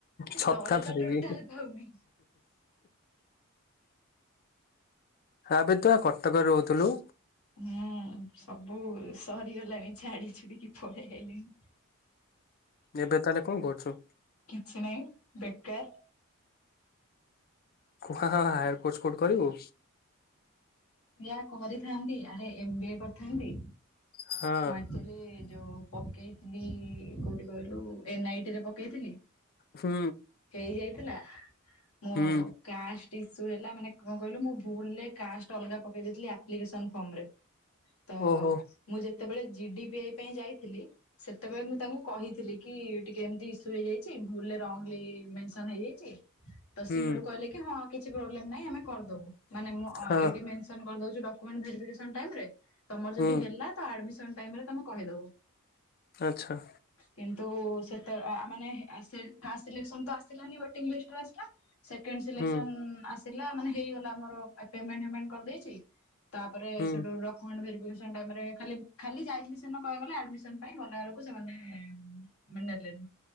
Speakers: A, on the left; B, on the left.
A: ଛତା
B: ତଳେ
A: ଧରିକି
B: ତ ଟୋଟାଲ ପାଉନି।
A: ଆବେ ତୁ ପା କଟକରେ ରହୁଥିଲୁ?
B: ହୁଁ ସବୁ ସରିଗଲାଣି ଝାଡି ଛୁଡିକି ପଳେଇ ଆଇଲିଣି।
A: ଏବେ ତାହେଲେ କଣ କରୁଛୁ?
B: କିଛି ନାଇଁ ବେକାର।
A: ହାୟାର କୋର୍ସ କୋଉଠି କରିବୁ?
B: ସେଇୟା କରିଥାନ୍ତି। ଆରେ ଏମ ବି ଏ କରିଥାନ୍ତି।
A: ହଁ
B: ମୁଁ ଆକ୍ଚୁଆଲି ଯୋଉ ପକେଇଥିଲି କୋଉଠି କହିଲୁ, ଏନ୍ ଆଇ ଟି ରେ ପକେଇଥିଲି।
A: ହୁଁ
B: ହେଇ ଯାଇଥିଲା। ମୁଁ
A: ହୁଁ
B: କାଷ୍ଟ ଇସୁ ହେଲା, ମାନେ କଣ କହିଲୁ ମୁଁ ଭୁଲରେ କାଷ୍ଟ ଅଲଗା ପକେଇ ଦେଇଥିଲି। ଆପ୍ଲିକେସନ ଫର୍ମ ରେ ତ
A: ଓହୋ।
B: ମୁଁ ଯେତେବେଳେ ଜିଡି ପିଆଇ ପାଇଁ ଯାଇଥିଲି ସେତେବେଳେ ମୁଁ ତାଙ୍କୁ କହିଥିଲି କି ଟିକେ ଏମତି ଇସୁ ହେଇଯାଇଛି। ଭୁଲରେ ରଂଗଲି ମେନସନ୍ ହେଇଯାଇଛି ତ
A: ହୁଁ
B: ସିଏ ସେଉଠୁ କହିଲେ କି ହଁ, କିଛି ପ୍ରୋବ୍ଲେମ ନାହିଁ ଆମେ କରିଦବୁ। ମାନେ ମୁଁ ଅ
A: ହଁ
B: ଏଇ ମେନସନ କରିଦଉଛୁ ଡକ୍ୟୁମେଣ୍ଟ ଭେରିଫିକେସନ୍ ଟାଇମ୍ ରେ, ତମର
A: ହୁଁ
B: ଯଦି ହେଲା ତ ଆଡମିସନ ଟାଇମ୍ ରେ ତମେ କହିଦବ।
A: ଆଛା।
B: କିନ୍ତୁ ସେତେବେଳେ ଆ ମାନେ ଫାର୍ଷ୍ଟ ସିଲେକସନ୍ ତ ଆସିଲାନି ୱେଟିଙ୍ଗ ଲିଷ୍ଟ ରେ ଆସିଲା ସେକଣ୍ଡ ସିଲେକ୍ସନ
A: ହୁଁ
B: ଆସିଲା ମାନେ ହେଇଗଲା ଆମର ପେମେଣ୍ଟ ଫେମେଣ୍ଟ କରିଦେଇଛି ତାପରେ
A: ହୁଁ
B: ସେଠୁ ର ଡକ୍ୟୁମେଣ୍ଟ ଭେରିଫିକେସନ୍ ଟାଇମ୍ ରେ ଖାଲି- ଖାଲି ଯାଇଥିଲି ସେ କହିବାକୁ ଗଲେ ଆଡମିସନ ପାଇଁ ଗଲା ବେଳକୁ ସେମାନେ ମାନେ ଡାକିଲେନି